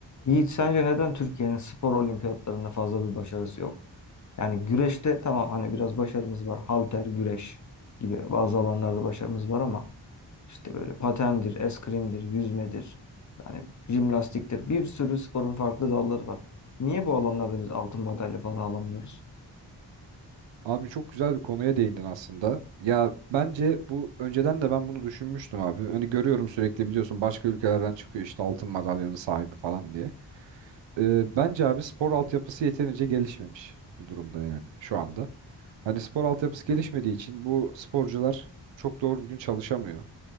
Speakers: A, on the left (about 40°); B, on the right (about 75°).
A: Yiğit sence neden Türkiye'nin spor olimpiyatlarında fazla bir başarısı yok? Yani güreşte tamam hani biraz başarımız var. Halter, güreş gibi bazı alanlarda başarımız var ama işte böyle patendir, eskrimdir, yüzmedir, yani jimnastiktir. Bir sürü sporun farklı dalları var. Niye bu alanlarda biz altın madalya falan alamıyoruz?
B: Abi çok güzel bir konuya değindin aslında. Ya bence bu önceden de ben bunu düşünmüştüm abi. Hani görüyorum sürekli biliyorsun başka ülkelerden çıkıyor işte altın madalyanın sahibi falan diye. Ee, bence abi spor altyapısı yeterince gelişmemiş bir durumda yani şu anda. Hani spor altyapısı gelişmediği için bu sporcular çok doğru düzgün çalışamıyor.